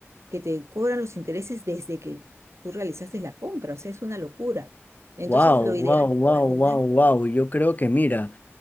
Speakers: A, on the right; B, on the left.
A: que te cobran los intereses desde que tú realizaste la compra, o sea, es una locura. Entonces,
B: ¡Wow,
A: lo ideal
B: wow, wow,
A: es mantener...
B: wow, wow! Yo creo que mira.